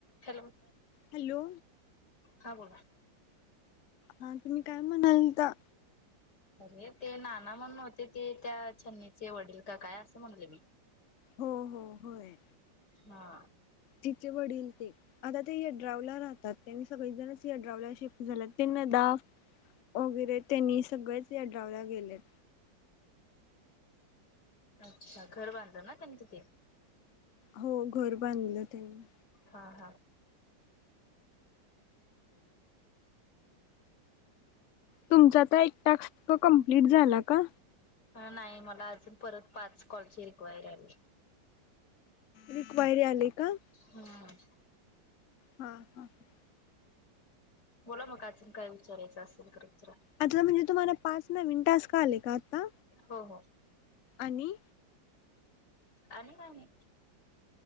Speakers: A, on the left (about 60°); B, on the left (about 85°).
A: Hello.
B: Hello.
A: हा बोला.
B: हा तुम्ही काय म्हणाल तर
A: अरे ते नाना म्हणून होते ते त्या छन्नीचे वडील का काय असं म्हणले मी
B: हो हो होय.
A: हा.
B: तिचे वडील ते आता ते या ड्रावला राहतात त्यांनी सगळेजणच याड्रावला शिफ्ट झाला त्यांना द वगैरे त्यांनी सगळेच याड्रावला गेलेत.
A: अच्छा घर बांध ना त्यांनी तिथे
B: हो घर बांधलं त्यांनी
A: हा हा.
B: तुमचा तर एक टास्क कमप्लीट झाला का?
A: नाही मला अजून परत पाच कॉलची रिक्वायरी आली एम
B: रिक्वायरी आली का?
A: हम्म.
B: हा हा ह.
A: बोला मग अजून काय विचारायचं असेल तर विचारा
B: आता म्हणजे तुम्हाला पाच न मिनटास का आलेय का आता
A: हो हो.
B: आणि
A: आणि नाही.